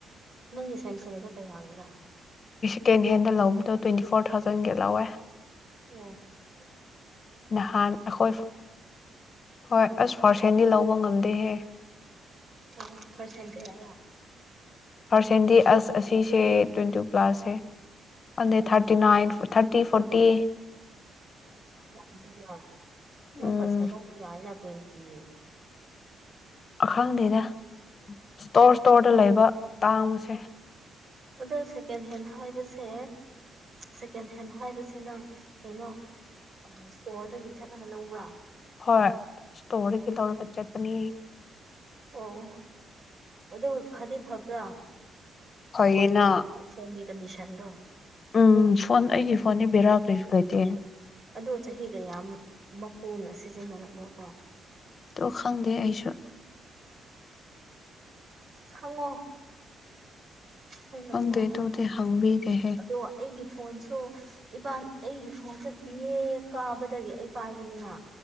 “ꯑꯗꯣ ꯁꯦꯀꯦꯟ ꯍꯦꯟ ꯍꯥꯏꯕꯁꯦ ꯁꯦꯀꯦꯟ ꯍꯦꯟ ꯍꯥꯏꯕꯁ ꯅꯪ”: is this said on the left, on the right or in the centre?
Right